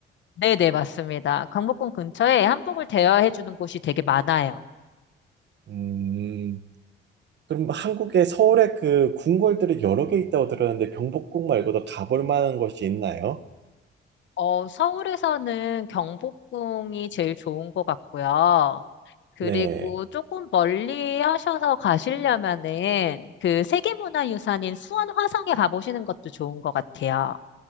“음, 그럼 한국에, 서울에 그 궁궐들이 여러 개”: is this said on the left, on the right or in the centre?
Right